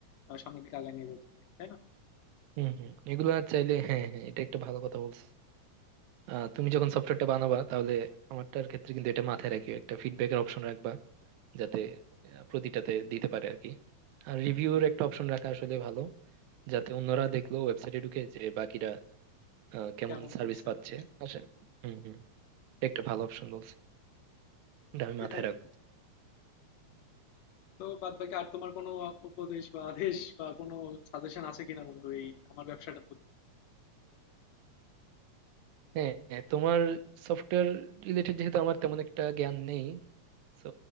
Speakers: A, on the left; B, on the right.
A: আহ, সামনের দিকে আগায় নিয়ে যেতে পারি তাই না
B: হম হম এগুলা চাইলে হ্যাঁ হ্যাঁ এটা একটা ভালো কথা বলছো আহ, তুমি যখন সফটওয়্যারটা বানাবা তাহলে আমারটার ক্ষেত্রে কিন্তু এটা মাথায় রাখিও একটা ফিডব্যাকের অপশন রাখবা যাতে আহ, প্রতিটাতে দিতে পারে আর কি আর রিভিউর একটা অপশন রাখা আসলে ভালো যাতে অন্যরা দেখলো ওয়েবসাইটে ঢুকে যে বাকিরা আহ, কেমন
A: কেমন
B: সার্ভিস
A: করছে
B: পাচ্ছে
A: না করছে
B: আসেন
A: হুম,
B: হম হম একটা ভালো অপশন বলছো এটা আমি
A: সেটাই
B: মাথায় রাখবো
A: মনে হয়। তো বাদবাকি আর তোমার কোনো উপদেশ বা আদেশ বা কোনো সাজেশন আছে কিনা বন্ধু এই আমার ব্যবসাটার প্রতি
B: হ্যাঁ হ্যাঁ, তোমার সফটওয়্যার রিলেটেড যেহেতু আমার তেমন একটা জ্ঞান নেই তো